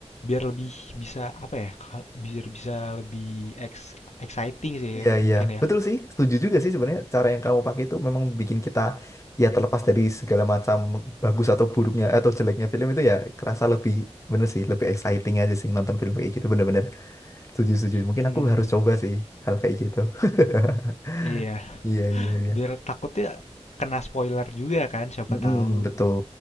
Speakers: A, on the left; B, on the left.
A: biar lebih bisa apa ya? kal- Biar bisa lebih ex- exciting sih
B: Iya,
A: ya, mungkin
B: iya.
A: ya.
B: Betul sih. Setuju juga sih sebenarnya cara yang kamu pakai itu memang bikin kita ya terlepas dari segala macam bagus atau buruknya atau jeleknya film itu ya kerasa lebih bener sih, lebih exciting aja sih nonton film kayak gitu bener-bener. Setuju, setuju. Mungkin
A: Hmm,
B: aku harus coba sih hal kayak gitu. <laughs>
A: iya.
B: Iya, iya, iya.
A: Biar takutnya kena spoiler juga kan, siapa
B: Mm-mm,
A: tahu.
B: betul,